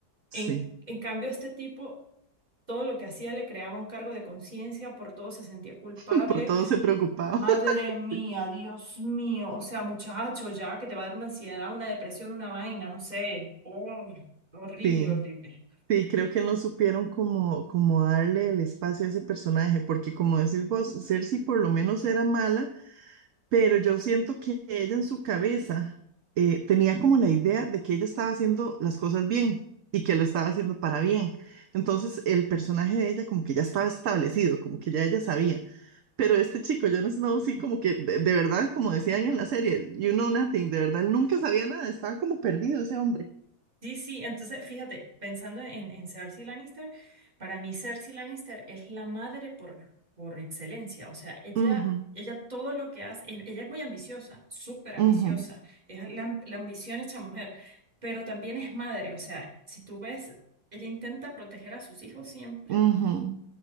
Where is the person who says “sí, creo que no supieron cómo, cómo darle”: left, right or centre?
Right